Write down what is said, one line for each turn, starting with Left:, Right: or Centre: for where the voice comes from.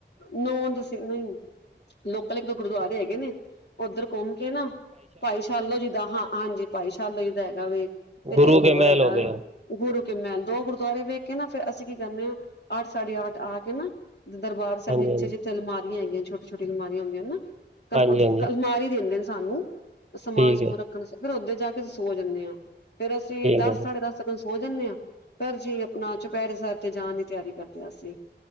Left: ਨੋ‌ ਜੇ ਸੀ ਨਈ। ਲੋਕਲ ਇੱਕ, ਦੋ ਗੁਰਦੁਆਰੇ ਹੈਗੇ ਨੇ। ਉੱਧਰ ਘੁੰਮ ਕੇ ਨਾ, ਭਾਈ‌ ਸਾਲੋ ਜੀ ਦਾ ਹਾਂ। ਹਾਂਜੀ, ਭਾਈ ਸ਼ਾਲੋ ਜੀ ਦਾ ਹੈਗਾ ਵੇ। ਤੇ
Right: ਗੁਰੂ
Left: ਇੱਕ ਹੋਰ
Right: ਕੇ ਮਹਿਲ
Left: ਹੈਗਾ
Right: ਹੋ ਗਿਆ
Left: ਵੇ। ਗੁਰੂ ਕੇ ਮਹਿਲ। ਦੋ ਗੁਰਦੁਆਰੇ ਵੇਖ ਕੇ ਨਾ ਫੇਰ ਅਸੀਂ ਕੀ ਕਰਨੇ ਆ ਅੱਠ ਸਾਢੇ ਅੱਠ ਆ ਕੇ ਨਾ ਦਰਬਾਰ
Right: ਹਾਂਜੀ
Left: ਸੇਹਬ ਨੀਚੇ
Right: ਹਾਂਜੀ
Left: ਜਿੱਥੇ ਅਲਮਾਰੀਆਂ ਹੈਗੀਆਂ ਛੋਟੀ-ਛੋਟੀ ਅਲਮਾਰੀਆਂ ਹੁੰਦੀਆਂ ਨੇ ਨਾ। ਕੰ
Right: ਹਾਂਜੀ ਹਾਂਜੀ
Left: ਮਾਰ ਈ ਦਿੰਦੇ ਨੇ ਸਾਨੂੰ। ਸਮਾਨ-
Right: ਠੀਕ
Left: ਸਮੂਨ
Right: ਹੈ
Left: ਰੱਖਣਨੂੰ ਫੇਰ ਉੱਦੇ ਜਾ ਕੇ ਸੋ ਜਾਂਨੇ ਆ। ਫੇਰ ਅਸੀਂ
Right: ਠੀਕ
Left: ਦਸ,
Right: ਹੈ
Left: ਸਾਢੇ ਦਸ ਸੋ ਜਾਂਨੇ ਆ। ਫੇਰ ਜੀ ਆਪਣਾ ਚੁਪਹਿਰੇ ਸਾਹਿਬ ਤੇ ਜਾਣ ਦੀ ਤਿਆਰੀ ਕਰਦੇ ਆ ਅਸੀਂ।